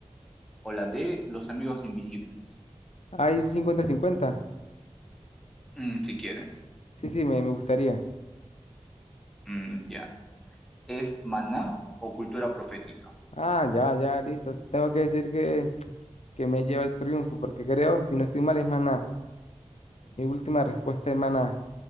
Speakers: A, in the centre; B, on the left (about 70°).
A: O la D, Los Amigos Invisibles.
B: ¿Hay un cincuenta 50
A: Mm, si quieres.
B: Sí, sí, me, me gustaría.
A: Mm, ya. ¿Es Maná o cultura profética?
B: Ah, ya, ya, listo. Tengo que decir que, que me lleva el triunfo, porque creo, si no estoy mal, es Maná. Mi última respuesta es Maná.